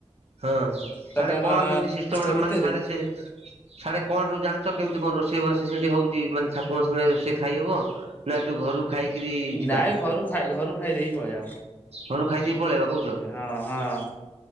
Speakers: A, on the right; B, on the left.
A: ହଁ ସିଆଡେ
B: ଚାରିଟା ପା
A: କଣ
B: ପାଞ୍ଚଟା
A: କେମିତି ସିଷ୍ଟମ୍
B: ଭିତରେ
A: ମାନେ ସାଡେ ସିଆଡେ କଣ ସବୁ ଜାଣିଛ କେମିତି କଣ ରୋଷେଇବାସ ସେଠି ହଉଛି ମାନେ ଠାକୁର ସେଣେ ରୋଷେଇ ଖାଇହବ ନା ଏଠୁ ଘରୁ ଖାଇକିରି ଯିବା?
B: ନାଇଁ ଘରୁ ଖାଇ ଘରୁ ଖାଇଦେଇକି ପଳେଇବା
A: ଘରୁ ଖାଇଦେଇ ପଳେଇବା କହୁଛ।
B: ହଁ ହଁ।